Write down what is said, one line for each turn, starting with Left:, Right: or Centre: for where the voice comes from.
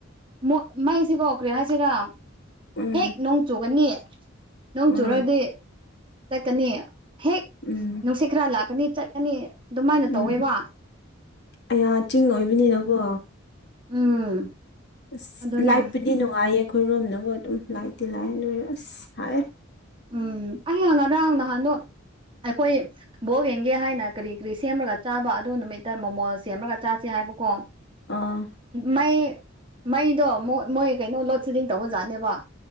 Right: ꯃꯣꯠ ꯃꯩꯁꯤꯀꯣ ꯀꯔꯤ ꯍꯥꯏꯁꯤꯔꯥ
Left: ꯎꯝ
Right: ꯍꯦꯛ ꯅꯣꯡ ꯆꯨꯒꯅꯤ ꯅꯣꯡ
Left: ꯎꯝ
Right: ꯆꯨꯔꯗꯤ ꯆꯠꯀꯅꯤ ꯍꯦꯛ
Left: ꯎꯝ
Right: ꯁꯤ ꯈꯔ ꯂꯥꯛꯀꯅꯤ ꯆꯠꯀꯅꯤ ꯑꯗꯨꯃꯥꯏꯅ
Left: ꯎꯝ
Right: ꯇꯧꯋꯦꯕ
Left: ꯑꯌꯥ ꯆꯤꯡ ꯑꯣꯏꯕꯅꯤꯅꯀꯣ
Right: ꯎꯝ
Left: ꯑꯁ
Right: ꯑꯗꯨꯅꯦ
Left: ꯂꯥꯏꯠꯄꯨꯗꯤ ꯅꯨꯡꯉꯥꯏꯌꯦ ꯑꯩꯈꯣꯏꯔꯣꯝꯅꯃꯨꯛ ꯑꯗꯨꯝ ꯂꯥꯏꯠꯇꯤ ꯂꯥꯛꯑꯦ ꯂꯣꯏꯔꯦ ꯑꯁ ꯁꯥꯏꯌꯦ
Right: ꯎꯝ ꯑꯩꯌꯥ ꯉꯔꯥꯡ ꯅꯍꯥꯟꯗꯣ ꯑꯩꯈꯣꯏ ꯕꯣꯜ ꯌꯦꯡꯒꯦ ꯍꯥꯏꯅ ꯀꯔꯤ ꯀꯔꯤ ꯁꯦꯝꯔꯒ ꯆꯥꯕ ꯑꯗꯨ ꯅꯨꯃꯤꯠꯇ ꯃꯣꯃꯣ ꯁꯦꯝꯔꯒ ꯆꯥꯁꯦ ꯍꯥꯏꯕꯀꯣ
Left: ꯑ
Right: ꯃꯩ ꯃꯩꯗꯣ ꯃꯣꯏ ꯃꯣꯏ ꯀꯩꯅꯣ ꯂꯣꯗ ꯁꯦꯗꯤꯡ ꯇꯧꯕꯖꯥꯠꯅꯦꯕ